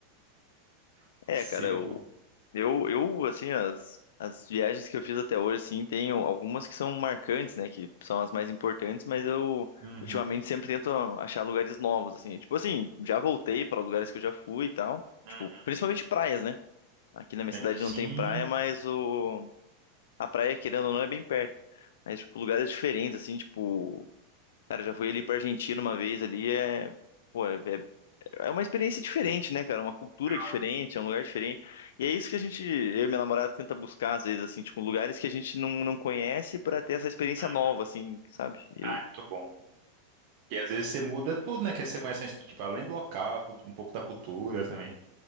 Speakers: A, on the right; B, on the left.
A: Não
B: É,
A: é possível,
B: cara, eu,
A: pô.
B: eu, eu assim, as, as viagens que eu fiz até hoje, assim, tem algumas que são marcantes, né, que são as mais importantes, mas eu.
A: Uhum.
B: Ultimamente sempre tento achar lugares novos, assim. Tipo assim, já voltei para lugares que eu já fui e tal.
A: Uhum.
B: Tipo, principalmente praias, né? Aqui na minha
A: É,
B: cidade
A: sim.
B: não tem praia, mas o... a praia, querendo ou não, é bem perto. Mas, tipo, lugares diferentes, assim, tipo... Cara, eu já fui ali pra Argentina uma vez ali, é... Pô, é, é é uma experiência diferente, né, cara? Uma cultura
A: legal,
B: diferente,
A: né?
B: é um lugar diferente. E é isso que a gente, eu e minha namorada, tenta buscar, às vezes, assim, tipo, lugares que a gente não, não conhece pra ter essa experiência
A: Uhum.
B: nova, assim, sabe? E-
A: Ah, é muito bom. E às vezes você muda tudo, né? Que você conhece, mas, tipo, além do local, a cultu- um pouco da cultura também.